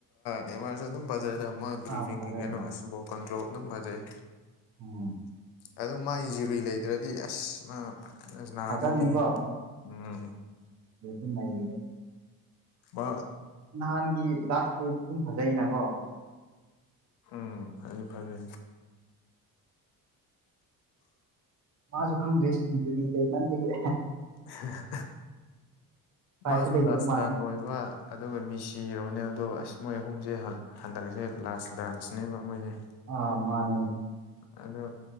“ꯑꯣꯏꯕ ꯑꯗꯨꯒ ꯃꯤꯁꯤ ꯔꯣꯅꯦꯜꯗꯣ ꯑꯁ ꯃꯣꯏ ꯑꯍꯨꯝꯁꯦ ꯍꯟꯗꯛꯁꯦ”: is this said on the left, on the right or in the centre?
Left